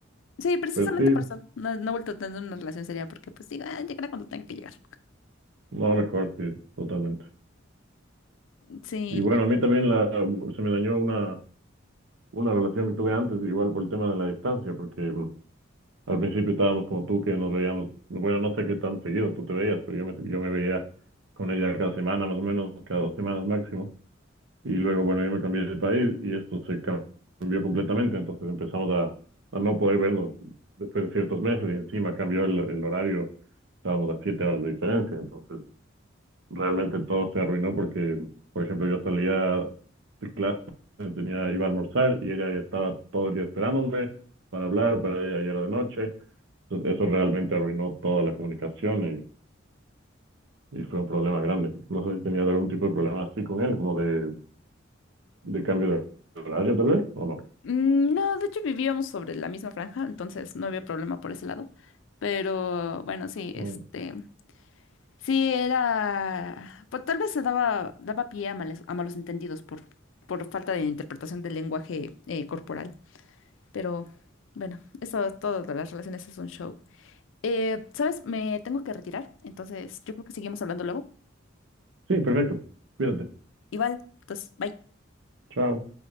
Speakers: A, on the left; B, on the right.
A: Sí, precisamente
B: Pero sí,
A: por eso. No, no he vuelto a tener una relación seria porque pues diga, "Ah, llegará cuando tenga que llegar.
B: no, mejor, sí, totalmente.
A: Sí.
B: Y bueno, a mí también la, se me dañó una, una relación que tuve antes, igual por el tema de la distancia, porque mm, al principio estábamos como tú, que nos veíamos, bueno, no sé qué tan seguido tú te veías, pero yo me, yo me veía con ella cada semana, más o menos, cada dos semanas máximo. Y luego, bueno, yo me cambié de país y esto se ca- cambió completamente, entonces empezamos a, a no poder vernos después de ciertos meses y encima cambió el, el horario, estábamos a siete horas de diferencia, entonces realmente todo se arruinó porque, por ejemplo, yo salía de clase, tenía, iba a almorzar y ella ya estaba todo el día esperándome para hablar, para ella ya era de noche, entonces eso realmente arruinó toda la comunicación y, y fue un problema grande. No sé si tenías algún tipo de problema así con él, como de, de cambio de horario tal vez, o no.
A: Mm, No, de hecho vivíamos sobre la misma franja, entonces no había problema por ese lado. Pero bueno, sí,
B: Bueno,
A: este... Sí, era... Pues tal vez se daba, daba pie a males- a malos entendidos por, por falta de interpretación del lenguaje eh, corporal. Pero bueno, eso es todo de las relaciones, es un show. Eh, ¿sabes? Me tengo que retirar, entonces yo creo que seguimos hablando luego.
B: sí, perfecto. Cuídate.
A: Igual, pues, bye.
B: Chao.